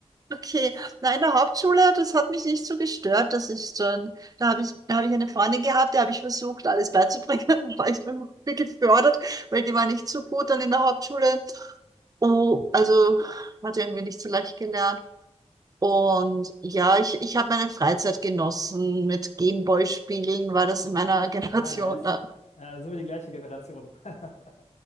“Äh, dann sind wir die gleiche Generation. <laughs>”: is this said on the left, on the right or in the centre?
Left